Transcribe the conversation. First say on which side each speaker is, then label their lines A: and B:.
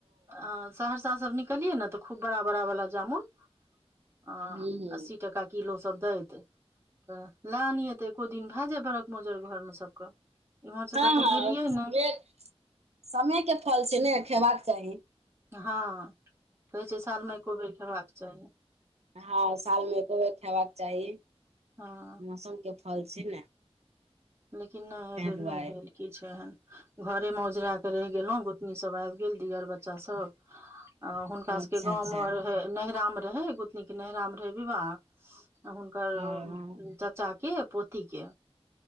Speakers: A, on the right (about 25°); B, on the right (about 75°).
A: अ सहरसा सब निकलियै ने तऽ खूब बड़ा बड़ा बाला जामुन ह
B: हूँ हूँ
A: अस्सी टाका किलो सब दैत तऽ प्लान य तऽ एको दिन भए जाय ब्रख भोजन घर मे सबके इम्हर से
B: ह
A: कतहु
B: ह
A: गेलियै ने
B: यके समय के फल छैय ने खेबाक चाही
A: ह कहै छैय साल मे एको बेर खयबाक चाही
B: ह साल मे एको बेर खयबाक चाही
A: हँ
B: मोसम के फल छैय ने
A: लेकिन नय
B: तै
A: ए बेर
B: दुआरे
A: नय भेल किछ एहन घरे में उजरा के रहि गेलो गोतनी सब आइब गेल दिअर बच्चा सब हुंका
B: अच्छा
A: सब के गाममे
B: अच्छा
A: रहे नैहारा मे रहे गोतनी के नैहारा रहे विवाह हुनकर
B: हँ
A: चच्चा के पोती के